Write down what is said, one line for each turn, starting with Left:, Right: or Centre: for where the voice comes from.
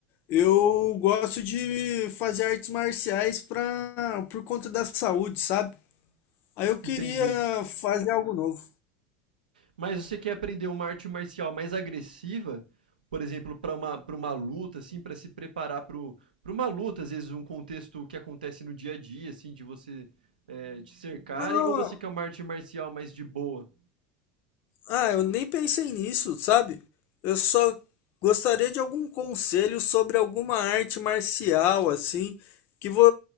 Left: eu gosto de fazer artes marciais pra, por conta da saúde, sabe? Aí eu queria
Right: Entendi.
Left: fazer algo novo.
Right: Mas você quer aprender uma arte marcial mais agressiva, por exemplo, para uma, para uma luta, assim, para se preparar para uma luta, às vezes um contexto que acontece no dia a dia, assim, de você é, te cercarem,
Left: Não,
Right: ou você quer uma arte marcial mais de boa?
Left: Ah, eu nem pensei nisso, sabe? Eu só gostaria de algum conselho sobre alguma arte marcial, assim, que, vo...